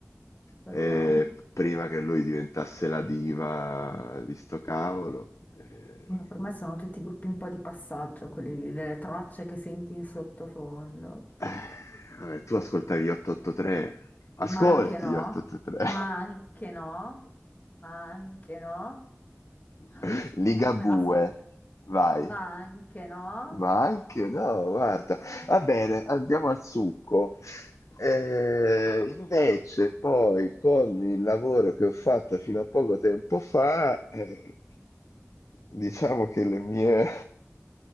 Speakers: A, on the left; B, on the left.
A: E
B: li ho.
A: prima che lui diventasse la diva di sto cavolo. eh,
B: No, Per me sono tutti gruppi un po' di passaggio, quelli lì, le tracce che senti in sottofondo.
A: vabbè. Vabbè, tu ascoltavi gli 883. Ascolti
B: Ma anche no,
A: gli 883.
B: ma anche no, ma anche no, <gasps>
A: <laughs> <laughs> Ligabue,
B: non me la sento,
A: vai.
B: ma anche no,
A: Ma anche no, guarda.
B: ma anche
A: Va bene,
B: no.
A: andiamo al succo. Eh, invece, poi con il lavoro che ho fatto fino a poco tempo fa, eh, diciamo che le mie,